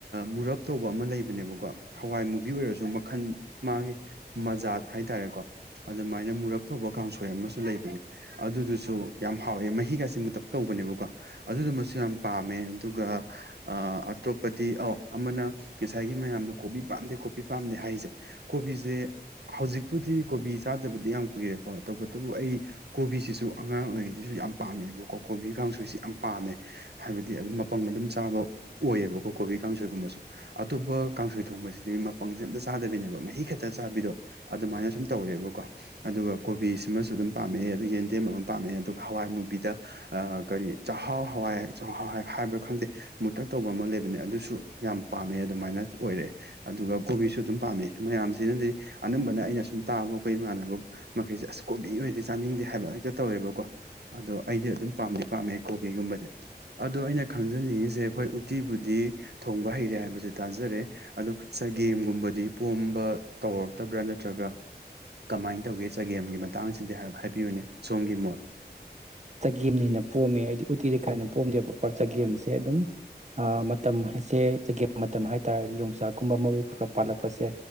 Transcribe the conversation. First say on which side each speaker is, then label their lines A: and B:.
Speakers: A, on the right; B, on the right.
A: ꯃꯨꯔꯞ ꯇꯧꯕ ꯑꯃ ꯂꯩꯕꯅꯦꯕꯀꯣ ꯍꯋꯥꯏ ꯕꯤ ꯑꯣꯏꯔꯁꯨ ꯃꯈꯜ ꯃꯥꯒꯤ ꯃꯖꯥꯠ ꯍꯥꯏꯇꯥꯔꯦꯀꯣ ꯑꯗꯨꯃꯥꯏꯅ ꯃꯨꯔꯞ ꯇꯧꯕ ꯀꯥꯡꯁꯣꯢ ꯍꯣꯢ ꯑꯃꯁꯨ ꯂꯩꯕꯅꯦ ꯑꯗꯨꯗꯨꯁꯨ ꯌꯥꯝ ꯍꯥꯎꯋꯦ ꯃꯍꯤꯒꯁꯦ ꯃꯨꯇꯥꯛ ꯇꯧꯕꯅꯦꯕꯀꯣ ꯑꯗꯨꯗꯨꯃꯁꯨ ꯌꯥꯝ ꯄꯥꯝꯃꯦ ꯑꯗꯨꯒ ꯑꯇꯣꯞꯄꯗꯤ ꯑꯧ ꯑꯃꯅ ꯉꯁꯥꯏꯒꯤ ꯃꯌꯥꯝꯅ ꯀꯣꯕꯤ ꯄꯥꯝꯗꯦ ꯀꯣꯕꯤ ꯄꯥꯝꯗꯦ ꯍꯥꯏꯁꯦ ꯀꯣꯕꯤꯖꯦ ꯍꯧꯖꯤꯛꯄꯨꯗꯤ ꯀꯣꯕꯤ ꯆꯥꯗꯕꯗꯤ ꯌꯥꯝ ꯀꯨꯏꯔꯦꯀꯣ ꯇꯧꯕꯇꯕꯨ ꯑꯩ ꯀꯣꯕꯤꯁꯤꯁꯨ ꯑꯉꯥꯡ ꯑꯣꯏꯔꯤꯉꯩꯗꯁꯨ ꯌꯥꯝ ꯄꯥꯝꯃꯦꯕꯀꯣ ꯀꯣꯕꯤ ꯀꯥꯡꯁꯣꯏꯁꯦ ꯌꯥꯝ ꯄꯥꯝꯃꯦ ꯍꯥꯏꯕꯗꯤ ꯑꯗꯨꯝ ꯃꯄꯪ ꯑꯗꯨꯝ ꯆꯥꯕ ꯑꯣꯏꯌꯦꯕꯀꯣ ꯀꯣꯕꯤ ꯀꯥꯡꯁꯣꯏꯒꯨꯝꯕꯁꯨ ꯑꯇꯣꯞꯄ ꯀꯥꯡꯁꯣꯏ ꯊꯣꯡꯕꯁꯤ ꯗꯤ ꯃꯄꯪꯁꯦ ꯑꯝꯇ ꯆꯥꯗꯕꯤꯅꯦꯕ ꯃꯍꯤ ꯈꯛꯇ ꯆꯥꯕꯤꯗꯣ ꯑꯗꯨꯃꯥꯏꯅ ꯁꯨꯝ ꯇꯧꯔꯦꯕꯀꯣ ꯑꯗꯨꯒ ꯀꯣꯕꯤꯁꯤꯃꯁꯨ ꯑꯗꯨꯝ ꯄꯥꯝꯃꯛꯑꯦ ꯑꯗꯩ ꯌꯦꯟꯗꯦꯝ ꯑꯃ ꯄꯥꯝꯃꯦ ꯑꯗꯨꯒ ꯍꯋꯥꯏ ꯃꯨꯕꯤꯗ ꯑꯥ ꯀꯔꯤ ꯆꯍꯥꯎ ꯍꯥ <unintelligible> ꯍꯥꯏꯕ꯭ꯔꯥ ꯈꯪꯗꯦ ꯃꯨꯇꯛ ꯇꯧꯕ ꯑꯃ ꯂꯩꯕꯅꯦ ꯑꯗꯨꯁꯨ ꯌꯥꯝ ꯄꯥꯝꯃꯦ ꯑꯗꯨꯃꯥꯏꯅ ꯑꯣꯏꯔꯛꯑꯦ ꯑꯗꯨꯒ ꯀꯣꯕꯤꯁꯨ ꯑꯗꯨꯝ ꯄꯥꯝꯃꯦ ꯃꯌꯥꯝꯁꯤꯅꯗꯤ ꯑꯅꯝꯕꯅ ꯑꯩꯅ ꯁꯨꯝ ꯇꯥꯕ ꯑꯈꯣꯏ ꯏꯃꯥꯟꯅꯕ ꯃꯈꯩꯁꯦ ꯑꯁ ꯀꯣꯕꯤ ꯑꯣꯏꯗꯤ ꯆꯥꯅꯤꯡꯗꯦ ꯍꯥꯏꯕ ꯍꯦꯛꯇ ꯇꯧꯋꯦꯕꯀꯣ ꯑꯗꯣ ꯑꯩꯗꯤ ꯑꯗꯨꯝ ꯄꯥꯝꯗꯤ ꯄꯥꯝꯃꯦ ꯀꯣꯕꯤꯒꯨꯝꯕ ꯑꯗꯣ ꯑꯩꯅ ꯈꯪꯖꯅꯤꯡꯉꯤꯁꯦ ꯍꯣꯏ ꯎꯇꯤꯕꯨꯗꯤ ꯊꯣꯡꯕ ꯍꯩꯔꯦ ꯍꯥꯏꯕꯁꯦ ꯇꯥꯖꯔꯦ ꯑꯗꯣ ꯆꯒꯦꯝꯒꯨꯝꯕꯗꯤ ꯄꯣꯝꯕ ꯇꯧꯔꯛꯇꯕ꯭ꯔꯥ ꯅꯠꯇ꯭ꯔꯒ ꯀꯃꯥꯏꯟ ꯇꯧꯒꯦ ꯆꯒꯦꯝꯒꯤ ꯃꯇꯥꯡꯁꯤꯗꯤ ꯍꯥꯏꯔ꯭ꯞ ꯍꯥꯏꯕꯤꯌꯨꯅꯦ ꯁꯣꯝꯒꯤ ꯃꯣꯠ
B: ꯆꯒꯦꯝꯅ ꯍꯦꯟꯅ ꯄꯣꯝꯃꯦ ꯑꯩꯗꯤ ꯎꯇꯤꯗꯤ ꯀꯥꯍꯦꯟꯅ ꯄꯣꯝꯗꯦꯕꯀꯣ ꯆꯒꯦꯝꯁꯦ ꯑꯗꯨꯝ ꯑꯥ ꯃ ꯃꯇꯝ ꯍꯥꯏꯁꯦ ꯆꯒꯦꯝ ꯃꯇꯝ ꯍꯥꯏꯇꯥꯥꯔꯗꯤ ꯌꯣꯡꯆꯥꯛꯀꯨꯝꯕ ꯃꯔꯨ ꯈꯔ ꯈꯔ ꯄꯥꯜꯂꯛꯄꯁꯦ